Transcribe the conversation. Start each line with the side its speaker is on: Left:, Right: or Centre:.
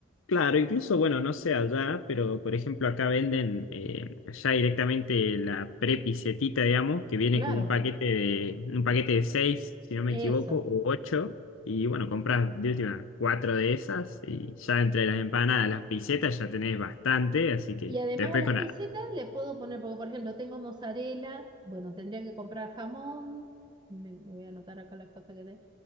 Left: Claro, incluso, bueno, no sé allá, pero por ejemplo, acá venden eh, ya directamente la prepisetita, digamos, que viene
Right: Claro,
Left: con un paquete de, un paquete de seis, si no me
Right: eso.
Left: equivoco, o ocho. Y bueno, compras de última cuatro de esas y ya entre las empanadas, las pisetas ya tenés bastante, así que
Right: Y además
Left: después
Right: a las
Left: con
Right: pisetas
Left: la
Right: le puedo poner, porque por ejemplo tengo mozzarella, bueno, tendría que comprar jamón, me, me voy a anotar acá las cosas que tengo.